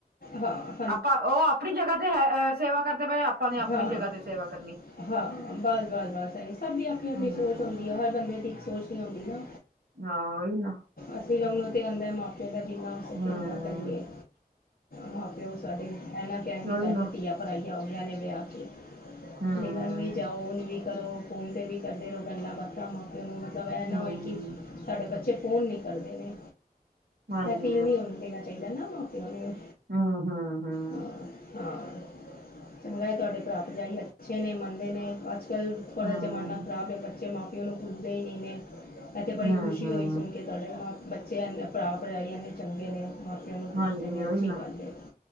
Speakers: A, on the left; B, on the right.
A: ਹਾਂ।
B: ਆਪਾਂ ਉਹ ਆਪਣੀ ਜਗ੍ਹਾ ਤੇ ਹੈ ਸੇਵਾ ਕਰਦੇ ਪਏ ਆਪਾਂ ਨੇ ਆਪਣੀ
A: ਹਾਂ
B: ਜਗ੍ਹਾ ਤੇ ਸੇਵਾ ਕਰਨੀ।
A: ਹਾਂ ਬਸ ਬਸ ਬਸ ਹੈ। ਸਭ ਦੀ ਆਪਣੀ ਆਪਣੀ
B: ਹਮ
A: ਸੋਚ ਹੁੰਦੀ ਹੈ ਹਰ ਬੰਦੇ ਦੀ ਇੱਕ ਸੋਚ ਆਉਂਦੀ ਨਾ।
B: ਹਾਂ ਉਹੀ ਨਾ
A: ਅਸੀਂ <unintelligible> ਤੇ ਆਉਂਦਾ ਮਾਪਿਆਂ ਦਾ ਜਿੰਨਾ
B: ਹਮ
A: ਇਹਨਾਂ ਕਰੀਏ। ਮਾਂ ਪਿਓ ਸਾਡੇ ਇਹ ਨਾਂ ਕਹਿਣਗੇ
B: ਉਹੀ
A: ਸਾਡੀਆਂ
B: ਨਾ
A: ਧੀਆਂ ਪਰਾਈਆਂ ਹੋ ਗਈਆਂ ਨੇ ਵਿਆਹ ਕੇ।
B: ਹਮ
A: ਮਿਲਣ ਵੀ ਜਾਓ ਉਹ ਵੀ ਕਰੋ। ਫੋਨ ਤੇ ਵੀ ਕਰਦੇ ਰਹੋ ਗੱਲਾਂ ਬਾਤਾਂ ਮਾਂ ਪਿਓ ਨੂੰ ਮਤਲਬ ਇਹ ਨਾ
B: ਹਮ
A: ਹੋਏ ਕਿ ਸਾਡੇ ਬੱਚੇ ਫੋਨ ਨਹੀਂ ਕਰਦੇ ਨੇ।
B: ਹਾਂਜੀ
A: ਇਹ ਫੀਲ ਨਹੀਂ ਹੁੰਦਾ। ਕਰਨਾ ਚਾਹੀਦਾ ਨਾ ਮਾਂ ਪਿਓ ਨੂੰ।
B: ਹੂੰ ਹੂੰ ਹੂੰ।
A: ਹਾਂ ਹਾਂ ਚੰਗਾ ਐ ਤੁਹਾਡੇ ਭਰਾ ਭਰਜਾਈ ਅੱਛੇ ਨੇ ਮੰਨਦੇ ਨੇ ਅ ਅੱਜ ਕੱਲ੍ਹ ਥੋੜ੍ਹਾ
B: ਹਮ
A: ਜ਼ਮਾਨਾ ਖਰਾਬ ਹੈ। ਬੱਚੇ ਮਾਂ ਪਿਓ ਨੂੰ ਪੁੱਛਦੇ ਹੀ ਨਹੀਂ ਨੇ। ਇਹ ਤੇ ਬੜੀ
B: ਹੂੰ
A: ਖੁਸ਼ੀ
B: ਹੂੰ
A: ਹੋਈ ਸੁਣ ਕੇ ਤੁਹਾਡੇ ਮਾਂ ਬੱਚੇ ਇੰਨੇ ਭਰਾ ਭਰਜਾਈ ਨੇ ਚੰਗੇ ਨੇ ਮ ਬੱਚਿਆਂ ਨੂੰ ਪੁੱਛਦੇ
B: ਹਾਂਜੀ
A: ਨੇ।
B: ਉਹੀ
A: ਅੱਛੀ
B: ਨਾ
A: ਗੱਲ ਹੈ